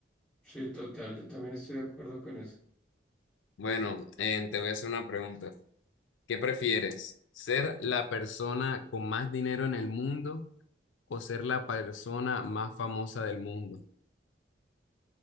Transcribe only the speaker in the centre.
Sí, total, yo también estoy de acuerdo con eso.